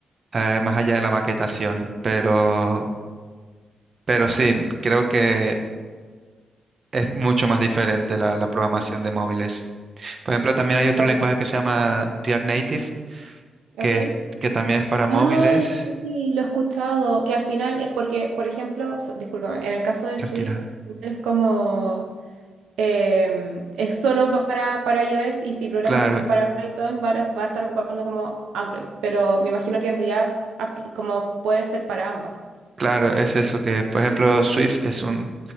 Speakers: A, on the right; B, on the right.
A: eh, más allá de la maquetación. Pero, pero sí, creo que es mucho más diferente la, la programación de móviles. Por ejemplo, también hay otro
B: claro.
A: lenguaje que se llama React Native,
B: ¿Ok?
A: que, es- que también es para móviles.
B: Ay, sí, lo he escuchado. Que al final, eh, porque, por ejemplo, so- discúlpame, en el caso de
A: Tranquila.
B: Swift, al final es como, em, es solo para, para iOS y si programas
A: Claro,
B: como para Python, va a, va a estar ocupando como Android. Pero me imagino que en React, apli- como puede ser para ambas.
A: Claro, es eso que, por ejemplo, Swift es un,